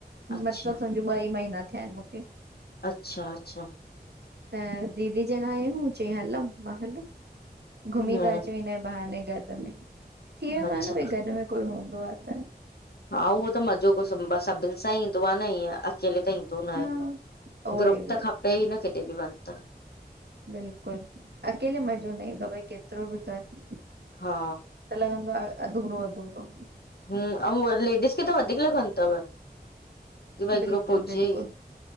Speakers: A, on the left; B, on the right.
A: अच्छा
B: मतिलबु सम्झो ॿ ई महीना थिया आहिनि मूंखे
A: अच्छा अचछा
B: त दीदी जन आयूंहूं चईं हलऊूं मां हलो घुमी
A: हम्म
B: ता अचूं हिने बहाने गॾ में थी वेंदो
A: अच्छा
B: आहे न भई गॾ में कोई हूंदो आह त
A: हा उहो त मज़ो को सुंॿा सभिनि सां ईं ईंदो आहे न ईअं अकेले त ईंदो न
B: हा
A: आहे
B: उहो
A: ग्रुप
B: ई उहो
A: त खपे ई न केॾे ॿि वञ त
B: बिल्कुल अकेले मज़ो ईंदो न आ भई केतिरो बि कर। पहले
A: हा
B: हुंदो हो अध गुरो अध गुरो
A: हूं ऐं लेडिस खे त वधीक लगनि तव की भई
B: बिल्कुलु
A: ग्रुप हुजे
B: बिल्कुलु
A: ही